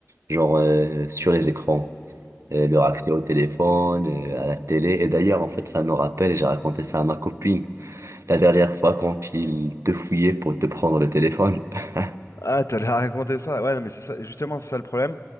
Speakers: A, on the right; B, on the left.
A: genre euh, sur les écrans, euh, leur accès au téléphone, euh, à la télé. Et d'ailleurs, en fait, ça me rappelle, et j'ai raconté ça à ma copine la dernière fois quand ils te fouillaient pour te prendre le téléphone. <laughs>
B: Ah, t'allais raconter ça? Ouais, non, mais c'est ça, justement, c'est ça le problème.